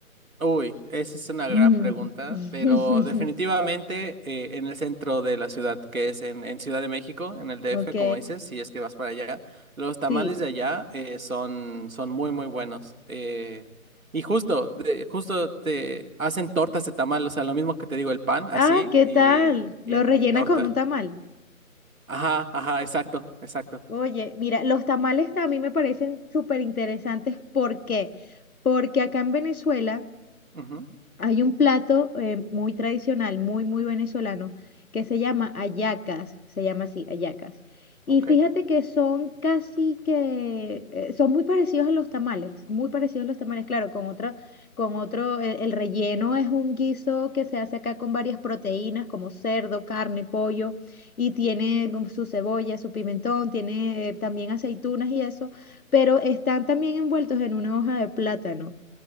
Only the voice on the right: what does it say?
Uy, esa es una gran
pregunta,
pero definitivamente eh, en el centro de la ciudad, que es en, en Ciudad de México, en el DF,
como dices, si es que vas para allá, los tamales
de allá eh, son, son muy, muy buenos. eh, y justo, de- justo te hacen tortas de tamal, o sea, lo mismo que te digo, el pan, así,
y,
y en,
en torta.
Ajá, ajá, exacto, exacto.
Ujú,
Ok.